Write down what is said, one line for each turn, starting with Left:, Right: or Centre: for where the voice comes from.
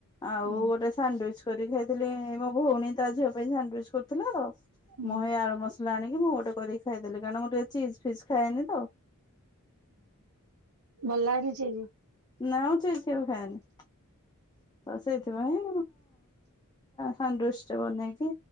Left: ଆଉ
Right: ହୁଁ
Left: ଗୋଟ ସାଣ୍ଡ କରି ଖାଇଥିଲି ଏ ମୋ ଭଉଣୀ ତା ଝିଅ ପାଇଁ ଷଣ୍ଡୁଏଜ କରୁଥିଲି। ମୁଁ
Right: ହୁଁ
Left: ଏଇ ଆଳୁ ମସଲା ଆଣିକି ମୁଁ ଗୋଟେ କରିକି ଖାଇଦେଲି କାରଣ ମୁଁର ଟିକେ ଚିଜ ଫିଜ ଖାଏନି ତ
Right: ବଲି ସେରି-
Left: ନାଁଉଛି କେଉ ଫନ ତ ସେଇଥିପାଇଁ ସନ୍ତୁଷ୍ଟ ବନେଇକି